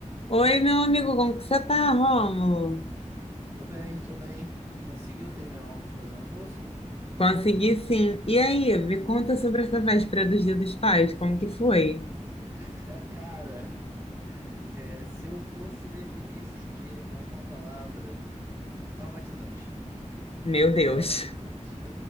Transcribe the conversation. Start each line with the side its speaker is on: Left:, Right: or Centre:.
Left: Oi, meu amigo, como que você tá, Rômulo?
Right: Tô bem, tô bem. Conseguiu terminar de fazer o almoço?
Left: Consegui sim. E aí, me conta sobre essa véspera dos Dia dos Pais, como que foi?
Right: <laughs> Cara, é, se eu fosse definir esse dia com uma palavra, traumatizante.
Left: Meu Deus.
Right: Traumatizante.
Left: <laughs>